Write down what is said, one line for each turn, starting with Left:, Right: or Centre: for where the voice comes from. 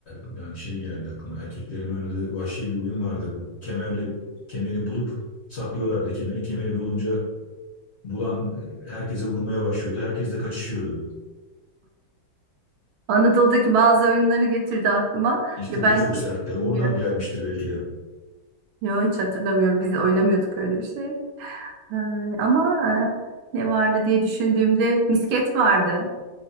Left: yani şey geldi aklıma. Erkeklerin oynadığı vahşi bir oyun vardı bu. Kemerle kemeri bulup saklıyorlardı kemeri. Kemeri bulunca bulan e, herkese vurmaya başlıyordu. Herkes de kaçışıyordu.
Right: Anadolu'daki bazı oyunları getirdi aklıma.
Left: İşte
Right: Ya
Left: bu
Right: ben
Left: da çok sertti. Oradan
Right: bilmiyorum.
Left: gelmiştir belki de.
Right: Yok hiç hatırlamıyorum. Biz oynamıyorduk öyle bir şey. Ee, ama e, ne vardı diye düşündüğümde misket vardı.